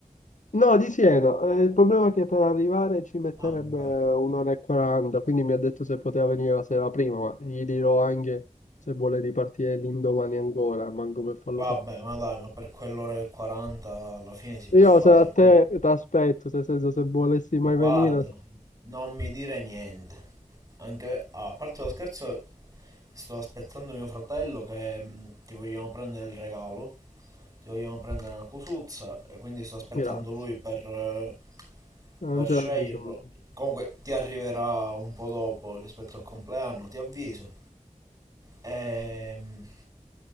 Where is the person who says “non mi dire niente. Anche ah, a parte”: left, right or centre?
Right